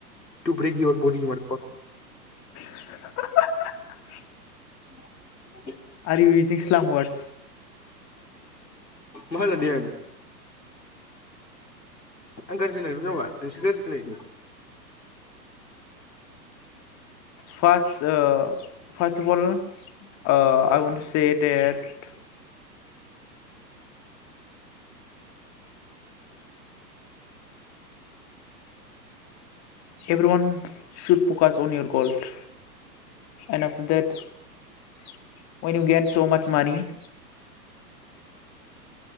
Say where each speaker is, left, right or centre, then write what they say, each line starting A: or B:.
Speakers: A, on the left (about 85°); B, on the left (about 30°).
A: बेक इ बड <inaudible>
B: <inaudible>
A: <unintelligible>
B: आर इउ इउजिं स्लां वार्डस
A: मा होननो दे आं आं गाज्रि होननायबो जामबा नोंसो गाज्रि खोना हैदों
B: first uh first of all I want to say that every one should प्रकास अन year gold and uh the that wine you gain so much मानि <inaudible>